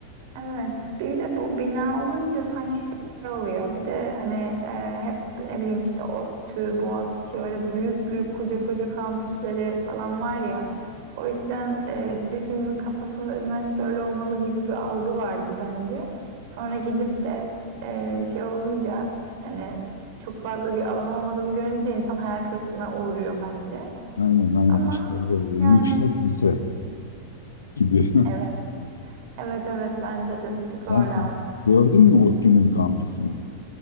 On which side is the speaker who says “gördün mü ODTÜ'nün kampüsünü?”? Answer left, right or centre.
Left